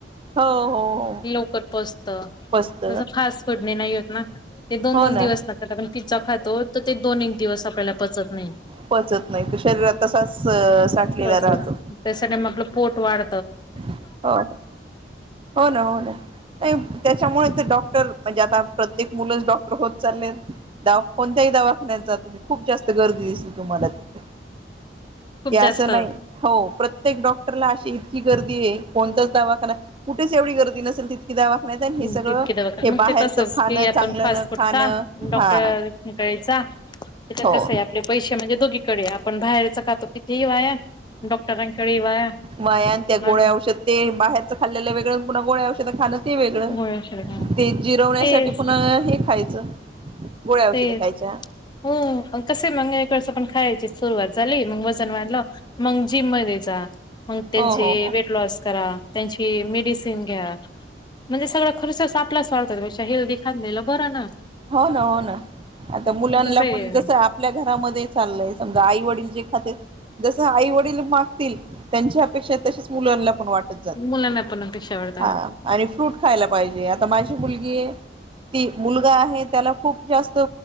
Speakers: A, on the right (about 30°); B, on the left (about 25°).
A: हो हो. हो
B: लवकर पचतं.
A: पचत
B: जसं फास्ट फुडने नाही होत ना, ते दोन,
A: हो
B: दोन दिवस
A: ना
B: लागतात. आपण पिझ्झा खातो त ते दोन, एक दिवस आप ल्याला पचत नाही.
A: पचत नाही तो शरीरात तसाच साठलेला
B: अस
A: राहतो
B: अस त्यासाठी म आपलं पोट वाढ
A: हो हो, हो ना. हो ना, त्याच्यामुळे ते डॉक्टर म्हणजे आता, प्रत्येक मुलंच डॉक्टर होत चाललेत, द कोणत्याही दवाखान्याचा तुम्ही खूप जास्त गर्दी दिसली तुम्हाला त
B: खूप जास्त
A: अस नाही, हो प्रत्य त्येक डॉक्टरला अशी इतकी गर्दी आहे, कोणताच दवाखाना कुठेच एवढी गर्दी नसेल, ती की दवाखान्यात नाही. हे
B: तितके
A: सगळं
B: दवाखाने
A: हे
B: मग
A: बाहेरच
B: ते तसंच
A: खाणं,
B: की आपण
A: चांगलं
B: फास्ट
A: न
B: फूड
A: खाणं
B: खा डॉक्टर
A: हा.
B: कडे त्याच्यात
A: हो
B: कसय आपले पैशे म्हणजे दोघीकडे आपण बाहेरच खातो. कितीही वाया डॉक्टरांकडे ही वाया.
A: वाया न, त्या गोळ्या
B: आणि
A: औषध, ते बाहेरचं खाल्लेल वेगळ आणि पुन्हा गोळ्या औषध ध खाणं ते वेगळं,
B: गोळ्या
A: ते जिरवण्यासाठी
B: तेच
A: पुना हे खायचं. गोळ्या औषधं
B: ते
A: खायच्या
B: हो कसे मग एक वेळेस पण, खायची सुरुवात झाली मग म वजन वाढलं, मग जिम मध्ये जा, मग त्यांचे
A: हो हो हो
B: वेटलॉस करा, त्यांची मी मेडीसीन घ्या म्हणजे सगळा खर्च आपलाच आहे, त्यापेक्षा हेल्दी खाल्लेलं बरं ना.
A: हो ना हो ना, आता मुलांना
B: कसं आहे
A: पण जस आपल्या घरामध्ये चाललंय, समजा आई वडील हे खात्यात, जस आई वडील मागतील, त्यांच्या तसे तसंच मुलांना, पण वाटत जात
B: मुलांना पण अपेक्षा वाढताना
A: आणि फ्रुट खायला पाहिजे. आता माझी मुलगी आहे, ती मुलगा आहे त्याला खूप जास्त